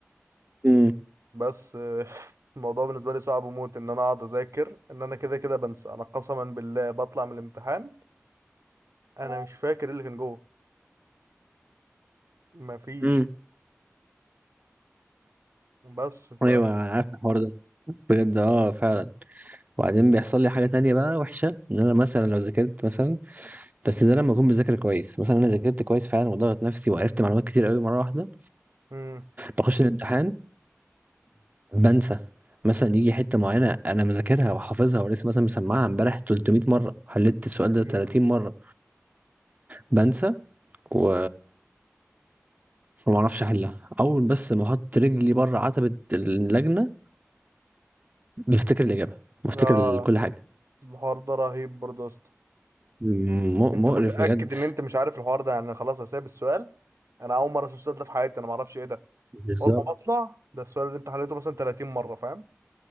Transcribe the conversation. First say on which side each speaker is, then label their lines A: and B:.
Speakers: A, on the right (about 30°); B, on the right (about 80°).
A: امم
B: بس آه، <laughs> الموضوع بالنسبة لي صعب موت ان انا اقعد اذاكر ان انا كده كده بنسى انا قسما بالله بطلع من الامتحان انا مش فاكر إيه اللي كان جوه مفيش
A: امم
B: بس ف
A: ايوه انا عارف الحوار ده بجد اه فعلا وبعدين بيحصل لي حاجة تانية بقى وحشة ان انا مثلا لو ذاكرت مثلا بس ده لما اكون بذاكر كويس مثلا انا ذاكرت كويس فعلا وضغط نفسي وعرفت معلومات كتير قوي مرة واحدة
B: مم.
A: بخش الامتحان بنسى مثلا يجي حته معينه انا مذاكرها وحافظها ولسه مثلا مسمعها امبارح 300 مره حليت السؤال ده
B: مم.
A: 30 مره بنسى و وما اعرفش احلها اول بس ما احط رجلي بره عتبة اللجنة بفتكر الإجابة بفتكر
B: اه
A: كل حاجة
B: الحوار ده رهيب برضه يا اسطى.
A: م-
B: انت
A: مقرف
B: متاكد
A: بجد
B: ان انت مش عارف الحوار ده يعني انا خلاص هسيب السؤال انا اول مره اشوف السؤال ده في حياتي انا ما اعرفش ايه ده
A: بالظبط
B: اول ما بطلع ده السؤال اللي انت حليته مثلا 30 مره فاهم